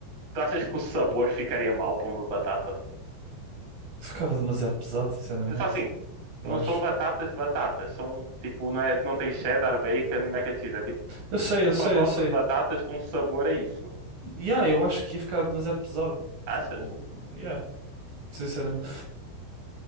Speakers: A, on the right; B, on the right.
A: tu achas que o sabor ficaria mal para uma batata?
B: Ficava demasiado pesado, sinceramente.
A: Pensa assim, não
B: Eu acho.
A: são batatas batatas, são tipo, não é, não tem cheddar, bacon e mac and cheese, é tipo
B: Eu sei, eu
A: um
B: sei,
A: pacote
B: eu sei.
A: de batatas com sabor a isso.
B: Yeah, eu acho que ia ficar demasiado pesado.
A: Achas?
B: Tipo, yeah, sinceramente.